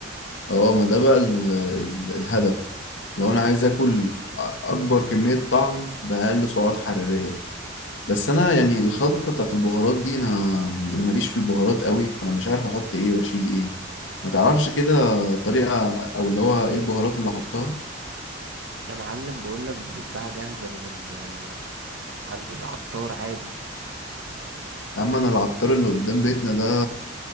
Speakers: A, on the left; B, on the right.
A: اه ما ده بقى ال- ال- الهدف لو انا عايز اكل أ- اكبر كميه طعم باقل سعرات حراريه بس انا يعني الخلطه بتاعت البهارات دي انا يعني انا ماليش في البهارات قوي فانا مش عارف احط ايه واشيل ايه ما تعرفش كده طريقه او اللي هو ايه البهارات اللي احطها
B: يا معلم بقولك بتتباع جاهزة من ال... عند العطار عادي
A: يا عم انا العطار اللي قدام بيتنا ده